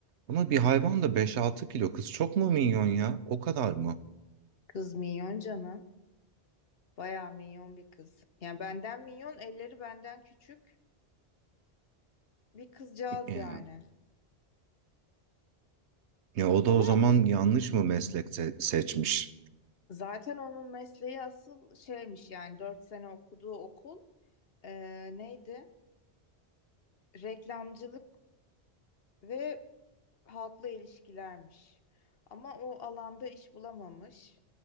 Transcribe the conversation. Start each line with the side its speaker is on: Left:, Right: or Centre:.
Right: Ama bir hayvan da beş altı kilo kız çok mu minyon ya? O kadar mı?
Left: Kız minyon canım. Bayağı minyon bir kız. Yani benden minyon, elleri benden küçük bir kızcağız
Right: Ya,
Left: yani.
Right: ya o
Left: Ama
Right: da o zaman yanlış mı meslek se- seçmiş?
Left: zaten onun mesleği asıl şeymiş yani 4 sene okuduğu okul eee, neydi? Reklamcılık ve halkla ilişkilermiş. Ama o alanda iş bulamamış.